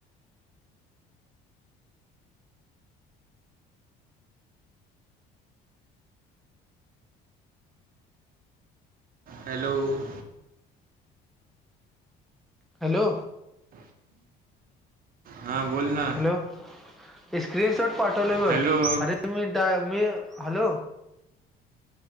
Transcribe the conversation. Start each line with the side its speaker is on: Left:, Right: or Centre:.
Right: हॅलो <inaudible>
Centre: हॅलो
Right: हां बोल ना
Centre: हॅलो स्क्रीनशॉट पाठवलय बघ,
Right: हॅलो
Centre: अरे मी- मी हॅलो